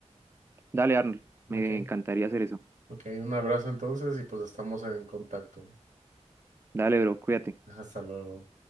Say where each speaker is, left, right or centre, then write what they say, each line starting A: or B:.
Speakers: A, on the right (about 20°); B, on the right (about 85°).
A: Dale, Arnold. Me
B: Ok,
A: encantaría hacer eso.
B: ok, un abrazo entonces y pues estamos en contacto.
A: Dale, bro, cuídate.
B: Hasta luego.